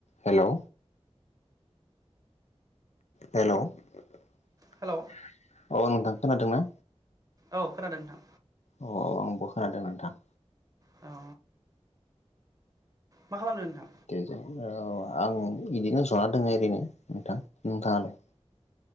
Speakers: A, on the left; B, on the right.
A: hello hello औ
B: Hello
A: नोथां। खोनादोंना?
B: औ खोनादों नोंथां।
A: औ औ आंबो खोनादों नोंथां।
B: औ मा खालामदों नोंथां
A: देजों औ आं इदिनो ज'ना दङ' ओरैनो नोंथां। नोंथाङालाय?